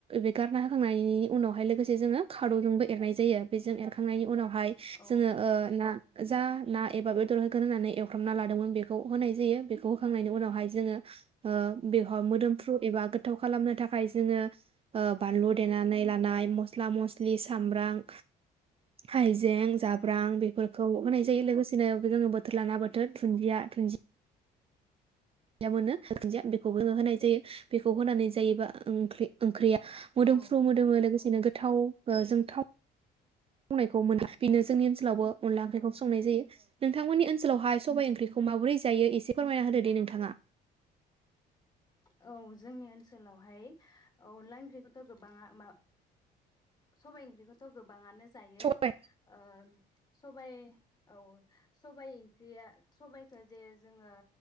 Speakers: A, on the right; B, on the left.
A: बे गारना होखांनायनि उनावहाय लोगोसे जोङो खाद'जोंबो ए एरनाय जायो बेजों एरखांनायनि उनाव बहाय
B: औ
A: जोङो ओ ना जा ना एबा बेदर होगोन होननानै एवफ्रामना लादोंमोन बेखौ होनाय जायो बेखौ होखांनायनि उनावहाय जोङो ओ बेवहाय मोदोमफ्रु एबा गोथाव खालामनो थाखाय जोङो बानलु देनानै लानाय मस्ला मस्लि सामब्राम हाइजे जें जाब्रां बेफोरखौ होनाय जायो लोगोसे बिदिनो लाना बोथोर दुन्दिया दुन्जिया दुन्दिया मोनो दुन्दिया बेखौबो होनाय जायो बेखौ होनानै जायोबा ओंख्रि ओंख्रिया मोदोमफ्रु
B: औ
A: मोदोमो लोगोसेनो गोथाव ओ जों थाव संनायखौ मोनला बेनो जोंनि ओनसोलावबो अनला ओंख्रिखौ
B: औ
A: संनाय जायो। नोंथांमोननि ओन नोलावाय सबाय ओंख्रिखौ मोब्रै सो जायो एसे फोरमायना होदो दे नोंथाङा।
B: औ जोंनि ओनसोलावहाय अनला ओंख्रिखौथ' गोबाङा मा सबाय ओंख्रिखौथ' गोबाङानो जायो
A: सबाइ
B: ओ सबाइ औ सबाइ ओंख्रिया सबाइखौ जे जोङो